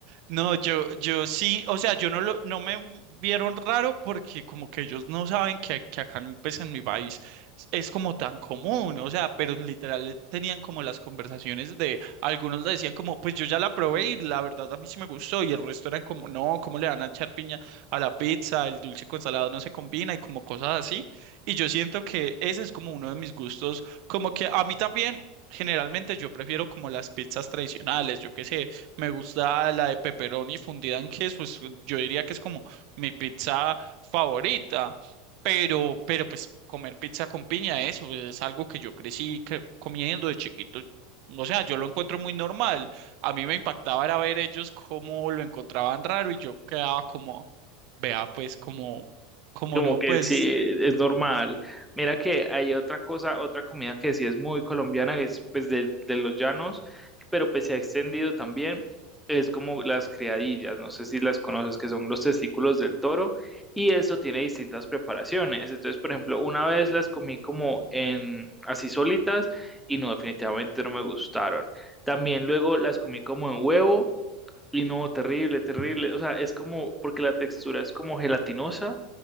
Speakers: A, on the right; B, in the centre.
A: No, yo, yo sí, o sea, yo no lo, no me vieron raro porque como que ellos no saben que, que acá en, pues, en mi país es como tan común, o sea, pero literal eh, tenían como las conversaciones de, algunos le decían como, pues yo ya la probé y la verdad a mí sí me gustó y el resto eran como, no, ¿cómo le van a echar piña a la pizza? El dulce con salado no se combina y como cosas así. Y yo siento que ese es como uno de mis gustos, como que a mí también. Generalmente yo prefiero como las pizzas tradicionales, yo qué sé, me gusta la de pepperoni fundida en queso. es- yo diría que es como mi pizza favorita. Pero, pero pues comer pizza con piña, eso es algo que yo crecí que- comiendo de chiquito. O sea, yo lo encuentro muy normal. A mí me impactaba era ver ellos cómo lo encontraban raro y yo quedaba como, vea, pues como, como
B: Como
A: no,
B: que
A: pues,
B: sí, es normal. Mira que hay otra cosa, otra comida que sí es muy colombiana, que es pues de, de los llanos, pero pues se ha extendido también, es como las criadillas, no sé si las conoces, que son los testículos del toro, y eso tiene distintas preparaciones. Entonces, por ejemplo, una vez las comí como en así solitas y no, definitivamente no me gustaron. También luego las comí como en huevo. Y no, terrible, terrible. O sea, es como, porque la textura es como gelatinosa,